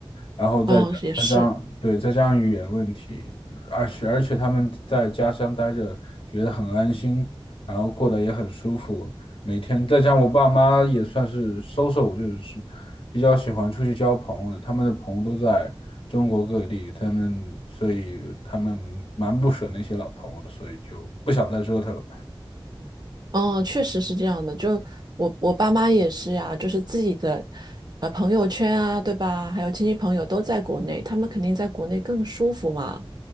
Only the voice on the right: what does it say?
哦，也是。
嗯，确实是这样的。就我我爸妈也是呀，就是自己的呃朋友圈啊，对吧？还有亲戚朋友都在国内，他们肯定在国内更舒服嘛，